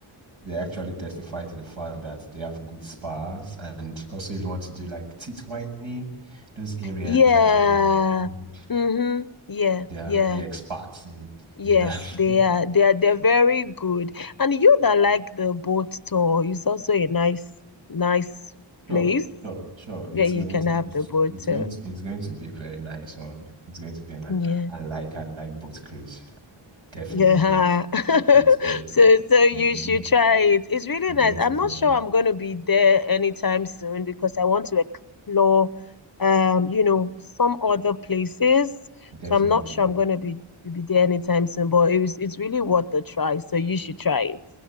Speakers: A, on the right; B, on the left.
A: they actually testify to the fact that they have good spas, and also if you want to do like teeth whitening, those areas
B: Yeah.
A: actually have.
B: Mm-hmm. Yeah.
A: They are
B: Yeah.
A: really experts in
B: Yes,
A: in that.
B: they
A: <laughs>
B: are they are they're very good. And you that like the boat tour is also a nice nice
A: Sure,
B: place
A: sure, sure.
B: where
A: It's
B: you
A: going
B: can
A: to
B: have
A: it's
B: the boat
A: it's
B: tour.
A: going to it's going to be a very nice one. It's going to be a nice.
B: Yeah.
A: I like I like boat cruise. Definitely
B: Yeah.
A: like
B: <laughs>
A: cruise. So
B: So so you
A: it's
B: should
A: going it's
B: try it. It's really
A: going
B: nice.
A: to
B: I'm
A: be
B: not
A: nice.
B: sure I'm going to be there anytime soon because I want to explore um, you know, some other places.
A: Definitely.
B: So I'm not sure I'm going to be be there anytime soon, but it was it's really worth the try. So you should try it.